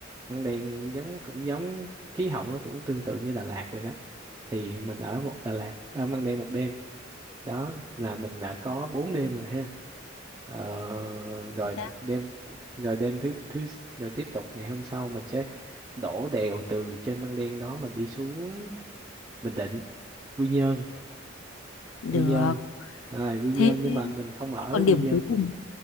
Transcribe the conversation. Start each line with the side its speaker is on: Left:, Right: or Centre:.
Right: Măng Đen giống cũng giống khí hậu nó cũng tương tự như Đà Lạt vậy đó thì mình ở một Đà Lạt ở Măng Đen một đêm đó là mình đã có 4 đêm rồi ha ờ, rồi
Left: Dạ.
Right: đêm rồi đêm thứ thứ rồi tiếp tục ngày hôm sau mình sẽ đổ đèo từ trên Măng Đen đó mình đi xuống Bình Định Quy Nhơn
Left: Được.
Right: Quy Nhơn à, Quy Nhơn
Left: Thế
Right: nhưng
Left: thì-
Right: mà mình không ở
Left: thế còn điểm
Right: Quy Nhơn
Left: cuối cùng.